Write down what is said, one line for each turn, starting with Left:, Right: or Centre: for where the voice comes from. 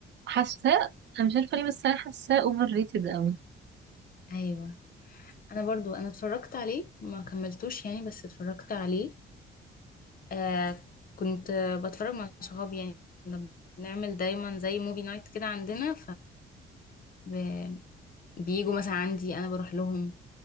Right: حاساه انا مش عارفه ليه بس انا حاساه اوفر ريتد قوي
Left: ايوه انا برضو انا اتفرجت عليه ما كملتوش يعني بس اتفرجت عليه آه كنت بتفرج مع صحابي يعني نعمل دايما زي موفي نايت كده عندنا فبييجوا مثلا عندي انا بروح لهم